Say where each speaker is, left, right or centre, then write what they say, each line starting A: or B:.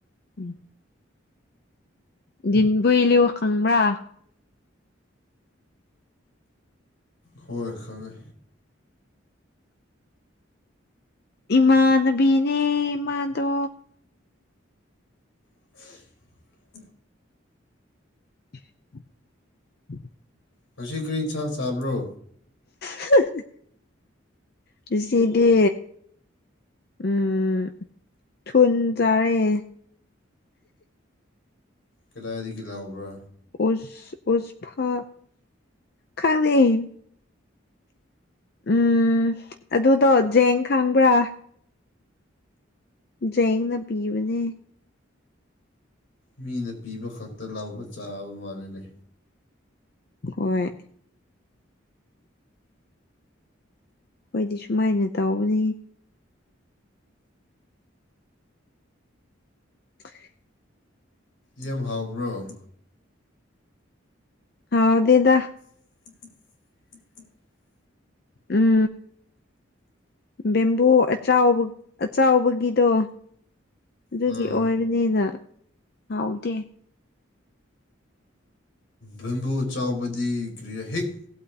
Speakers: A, on the left; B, on the left.
A: ꯎꯝ ꯤꯟꯕꯨ ꯏꯂꯤ <unintelligible> ꯋꯥꯀꯉꯕ꯭ꯔꯥ
B: ꯍꯣꯏ ꯈꯪꯉꯦ
A: ꯏꯃꯥꯟꯅꯕꯤꯅꯦ ꯏꯃꯥꯗꯣ
B: <unintelligible>
A: <unintelligible>
B: ꯉꯁꯤ ꯀꯔꯤ ꯌꯦꯟꯁꯥꯡ ꯆꯥꯕ꯭ꯔꯣ
A: ꯍ <unintelligible> ꯉꯁꯤꯗꯤ ꯎꯝ ꯊꯨ ꯆꯥꯏꯌ‌ꯦ
B: ꯀꯗꯥꯥꯏꯗꯒꯤ ꯂꯧꯕ꯭ꯔꯥ
A: ꯎ ꯎ ꯐꯥ ꯈꯪꯗ <inaudible> ꯎꯝ ꯑꯗꯨꯗꯣ ꯖꯦꯡ ꯈꯥꯡꯕ꯭ꯔꯥ ꯖꯦꯡꯅ ꯄꯤꯕꯅꯦ
B: ꯃꯤꯅ ꯄꯤꯕ ꯈꯛꯇ ꯂꯥꯎꯕ ꯆꯥꯕ ꯃꯥꯂꯤꯅꯦ
A: ꯍꯣꯏ ꯑꯩꯈꯣꯏꯗꯤ ꯁꯨꯃꯥꯏꯅ ꯇꯧꯕꯅꯤ ꯍ <inaudible>
B: ꯌꯥꯝ ꯍꯥꯎꯕ꯭ꯔꯣ
A: ꯥꯍꯥꯎꯗꯦꯗ
B: <inaudible>
A: ꯎꯝ ꯕꯦꯝꯕꯨ ꯑꯆꯧ ꯑꯆꯧꯕꯒꯤꯗꯣ ꯑꯗꯨꯒꯤ
B: ꯑꯥ
A: ꯑꯣꯏ ꯑꯗꯨꯅꯦꯅ ꯍꯥꯎꯗꯦ
B: ꯕꯦꯝꯕꯨ ꯆꯥꯎꯕꯗꯤ ꯀ꯭ꯔꯤꯌꯥ ꯍꯦꯛ